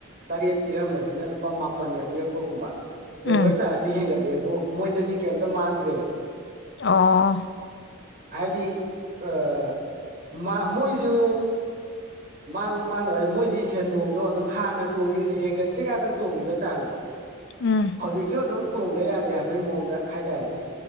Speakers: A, on the right; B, on the left.
A: ꯇꯔꯦꯠ ꯄꯤꯔꯝꯕꯖꯤꯅ ꯂꯨꯄꯥ ꯃꯥꯄꯟꯒ ꯄꯤꯔꯛꯄꯒꯨꯝꯕ ꯂꯦꯕꯔ
B: ꯎꯝ
A: ꯆꯥꯔꯖꯇꯤ ꯍꯦꯟꯒꯠꯂꯦꯕꯨ ꯃꯣꯏꯗꯗꯤ ꯀꯩꯝꯇ ꯃꯥꯡꯗ꯭ꯔꯦꯕ
B: ꯑꯣ
A: ꯍꯥꯏꯗꯤ ꯑꯥ ꯃꯥ ꯃꯣꯏꯖꯨ ꯃꯥꯡꯕ ꯃꯥꯡꯗꯕꯖꯦ ꯃꯣꯏꯗꯤ ꯁꯦꯟꯗꯣꯡꯗꯣ ꯑꯗꯨꯝ ꯍꯥꯟꯅ ꯇꯣꯡꯒ꯭ꯔꯤꯜ ꯍꯦꯟꯒꯠꯇ꯭ꯔꯤꯀꯥꯟꯗ ꯇꯣꯡꯒꯤꯕ ꯆꯥꯡꯗꯣ
B: ꯎꯝ
A: ꯍꯧꯖꯤꯛꯁꯨ ꯑꯗꯨꯝ ꯇꯣꯡꯗ ꯌꯥꯗꯦ ꯍꯥꯏꯕꯩ ꯃꯑꯣꯡꯗ ꯍꯥꯏꯇꯥꯔꯦꯅꯦ